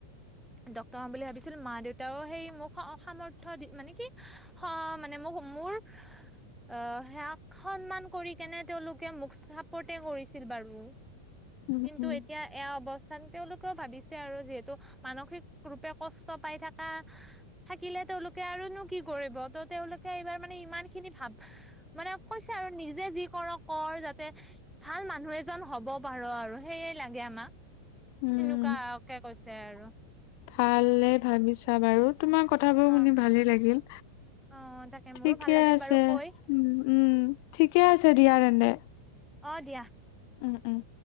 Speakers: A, in the centre; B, on the left.
A: ডক্টৰ হ'ম বুলি ভাবিছিলো, মা-দেউতাও সেই মোক সামৰ্থয় দি, মানে কি <unintelligible> মানে মোক মোৰ আহ, সেয়াক সন্মান কৰি কেনে, তেওঁলোকে মোক চাপৰ্ট কৰিছিল বাৰু,
B: উম
A: কিন্তু
B: উম
A: এতিয়া এয়া অৱস্থান তেওঁলোকেও ভাবিছে আৰু, যিহেতু মানসিক ৰূপে কষ্ট পাই থকা থাকিলে, তেওঁলোকে আৰুনো কি কৰিব, ত, তেওঁলোকে এইবাৰ মানে ইমান খিনি ভাব মানে কৈছে আৰু নিজে যি কৰ কৰ যাতে ভাল মানুহ এজন হ'ব পাৰ আৰু, সেয়ে লাগে আমাক।
B: উম
A: সেনেকুৱাকে কৈছে আৰু।
B: ভালে ভাবিছা বাৰু! তোমাৰ কথাবোৰ
A: অ
B: শুনি ভালেই লাগিল।
A: অ তাকে
B: ঠিকে
A: মোৰো ভাল লাগিল
B: আছে,
A: বাৰু কৈ
B: উম, ঠিকে আছে দিয়া তেন্তে।
A: অ, দিয়া।
B: উম উম